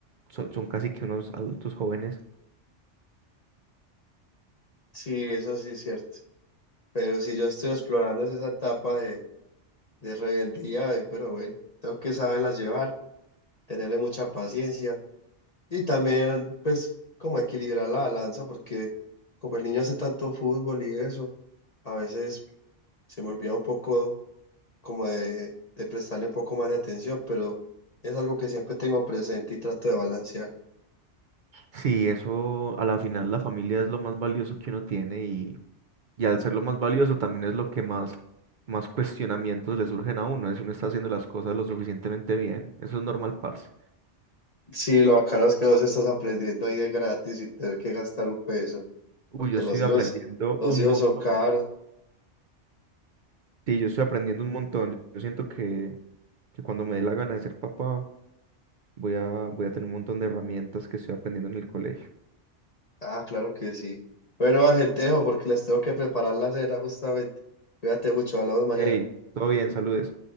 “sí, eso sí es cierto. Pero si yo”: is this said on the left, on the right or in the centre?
Left